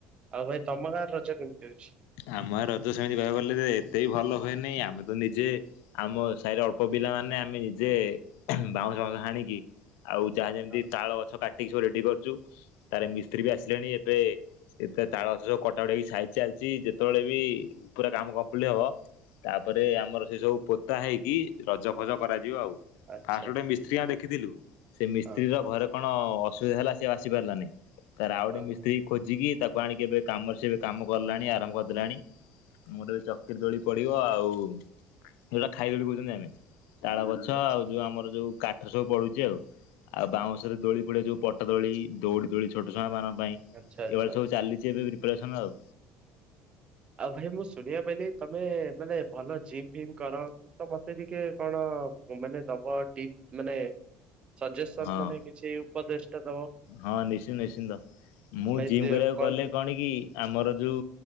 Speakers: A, on the right; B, on the left.
A: ଆଉ ଭାଇ ତମ ଗାଁରେ ରଜ କେମିତି ହୋଉଛି?
B: ଆମ ଆଡେ ରଜ ସେମିତି କହିବାକୁ ଗଲେ ଏତେ ବି ଭଲ ହୁଏନି ଆମେ ତ ନିଜେ ଆମ ସାହିର ଅଳ୍ପ ପିଲା ମାନେ ଆମେ ନିଜେ ବାଉଁଶ ଫାଉଁଶ ହାଣିକି ଆଉ ଯାହା ଯେମିତି
A: ହଁ
B: ତାଳ ଗଛ କାଟିକି ସବୁ ରେଡି କରିଛୁ। ତାରେ ମିସ୍ତ୍ରୀ ବି ଆସିଲାଣି ଏବେ ଏତେ ତାଳ ଅଛ ସବୁ କଟା କଟି ହେଇକି ସାଇଜ୍ ଚାଲିଛି ଯେ ଜେତେବେଳେ ବି ପୁରା କାମ କମ୍ପ୍ଲିଟ ହବ ତାପରେ ଆମର ସେ ସବୁ ପୋତା ହେଇକି ରଜ ଫଜ କରାଯିବ ଆଉ।
A: ଆଚ୍ଛା
B: ଫାଷ୍ଟ ଗୋଟେ ମିସ୍ତ୍ରୀ ଆ ଦେଖିଥିଲୁ ସେ ମିସ୍ତ୍ରୀ
A: ହଁ
B: ର ଘରେ କଣ ଅସୁବିଧା ହେଲା ସେ ଆଉ ଆସି ପାରିଲାନି। ତାରେ ଆଉ ଗୋଟେ
A: ଓହୋ
B: ମିସ୍ତ୍ରୀ ଖୋଜିକି ତାକୁ ଆଣିକି ଏବେ କାମରେ ସେ ଏବେ କାମ କଲାଣି ଆରମ୍ଭ କରି କଲାଣି ମୋରଏ ଚକିର ଦୋଳି ପଡିବ ଆଉ ଯୋଉରା ଖାଇବେ ବୋଲି କହୁଛନ୍ତି ଆମେ। ତାଳ ଗଛ
A: ଆଚ୍ଛା
B: ଆଉ ଯୋଉ ଆମର ଯୋଉ କାଠ ସବୁ ପଡୁଛି ଆଉ ଆଉ ବାଉଁଶରେ ଦୋଳି
A: ଆଚ୍ଛା
B: ପଡିବ ଯଉପଟ ପଟା ଦୋଳି ଦୌଡ଼ି ଦୋଳି ଛୋଟ ଛୁଆ ମାନଙ୍କ ପାଇଁ
A: ଆଚ୍ଛା ଆଚ୍ଛା।
B: ଏଇଭଳିଆ ସବୁ ଚାଲିଛି ଏବେ ପ୍ରିପାରେସନ ଆଉ।
A: ଆଉ ଭାଇ ମୁଁ ଶୁଣିବା ପାଇଁଲିି ତମେ ମାନେ ଭଲ ଜିମ୍ ଫିମ କର? ତ ମତେ ଟିକେ କଣ ମାନେ ଦବ ଟିପ ମାନେ ସଜେସନ
B: ହଁ
A: ମାନେ କିଛି ଉପଦେଷ୍ଟା ଦବ।
B: ହଁ ନିଶ୍ଚିନ୍ତ ନିଶ୍ଚିନ୍ତ ମୁଁ
A: ଭାଇ
B: ଜିମ୍
A: ଦେ
B: କରିବାକୁ ଗଲେ
A: ଟି
B: କଣ କି ଆମର ଯଉ